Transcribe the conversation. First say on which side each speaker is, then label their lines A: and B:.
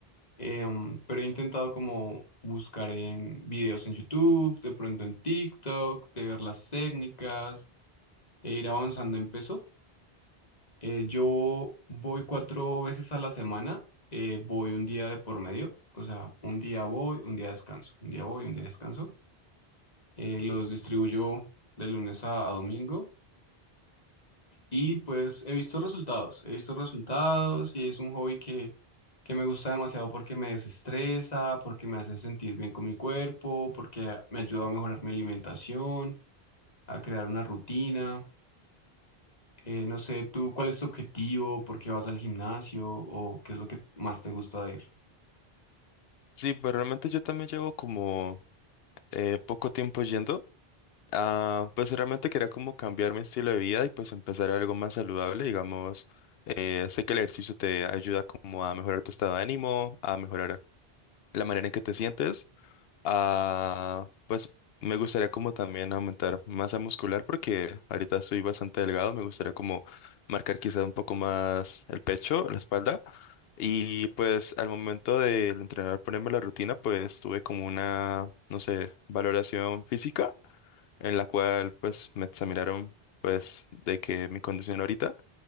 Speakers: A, on the left; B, on the left.
A: em, pero he intentado como buscar en videos en YouTube, de pronto en TikTok, de ver las técnicas e ir avanzando en peso. Eh, yo voy cuatro veces a la semana, eh, voy un día de por medio, o sea, un día voy, un día descanso, un día voy, un día descanso. Eh, los distribuyo de lunes a a domingo. Y pues he visto resultados, he visto resultados y es un hobby que, que me gusta demasiado porque me desestresa, porque me hace sentir bien con mi cuerpo, porque me ayuda a mejorar mi alimentación, a crear una rutina. Eh, no sé, tú, ¿cuál es tu objetivo? ¿Por qué vas al gimnasio? ¿O qué es lo que más te gusta de ir?
B: Sí, pero realmente yo también llevo como eh, poco tiempo yendo. Ah, pues realmente quería como cambiar mi estilo de vida y pues empezar algo más saludable, digamos. Eh, sé que el ejercicio te ayuda como a mejorar tu estado de ánimo, a mejorar la manera en que te sientes. Ah, pues me gustaría como también aumentar masa muscular porque ahorita estoy bastante delgado, me gustaría como marcar quizás un poco más el pecho, la espalda. Y pues al momento de entrenar, ponerme la rutina, pues tuve como una, no sé, valoración física en la cual pues me examinaron pues de que mi condición ahorita